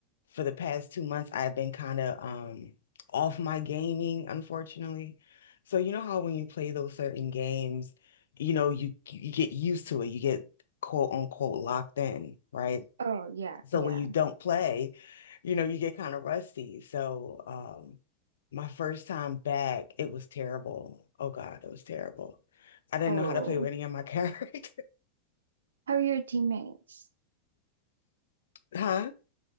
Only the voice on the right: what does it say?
Oh yeah,
yeah.
Oh,
how are your teammates?